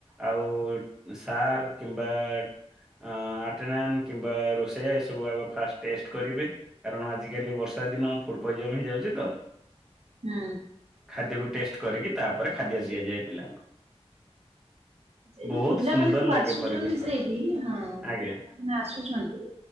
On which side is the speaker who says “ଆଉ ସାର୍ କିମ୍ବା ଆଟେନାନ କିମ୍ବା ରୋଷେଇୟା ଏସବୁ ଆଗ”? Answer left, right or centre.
Centre